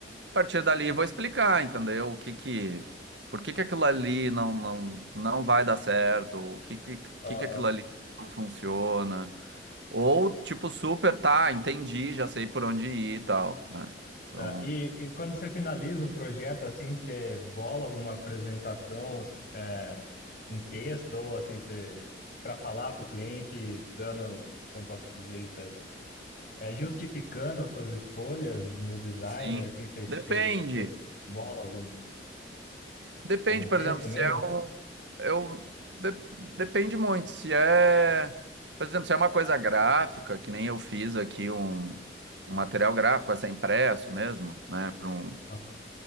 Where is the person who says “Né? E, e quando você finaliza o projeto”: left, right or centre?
Left